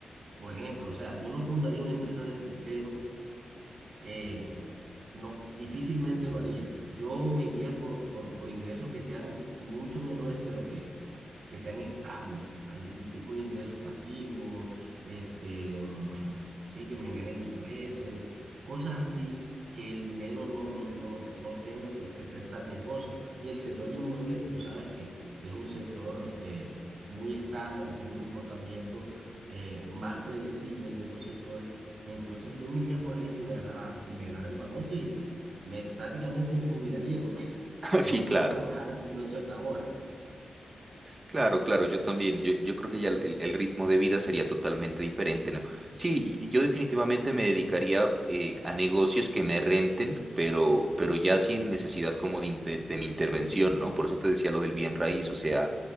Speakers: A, on the right (about 70°); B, on the right (about 30°).
A: Por ejemplo, o sea, yo no fundaría una empresa desde cero, eh, no, difícilmente lo haría. Yo me iría por, por, por ingresos que sean mucho menores, pero que sean estables, algún tipo de ingresos pasivos, este, mm, sí, que me generen intereses, cosas así, que el dinero no, no, no, no tenga que, que ser tan riesgoso. Y el sector inmueble, que tú sabes que, que es un sector eh, muy estándar, que tiene un comportamiento eh, más predecible que otros sectores, entonces yo me iría por ahí si me ganara, si me ganara el baloto y me, prácticamente me jubilaría porque <laughs>
B: <laughs>
A: no
B: Sí,
A: creo
B: claro.
A: trabajar como lo he hecho hasta ahora.
B: Claro, claro, yo también, yo, yo creo que ya el, el- ritmo de vida sería totalmente diferente, ¿no? Sí, y yo definitivamente me dedicaría eh, a negocios que me renten, pero, pero ya sin necesidad como de, in- de- de mi intervención, ¿no? Por eso te decía lo del bien raíz, o sea,